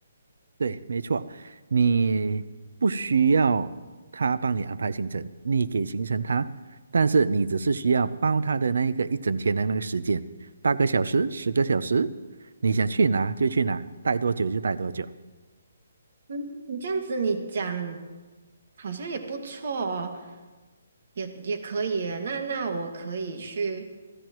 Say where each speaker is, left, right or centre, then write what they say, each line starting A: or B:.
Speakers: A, on the right (about 85°); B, on the right (about 55°).
A: 对，没错，你不需要他帮你安排行程，你给行程他，但是你只是需要包他的那一个一整天的那个时间，八个小时、十个小时，你想去哪就去哪，待多久就待多久。
B: 嗯，你这样子你讲好像也不错哦，也也可以耶那那我可以去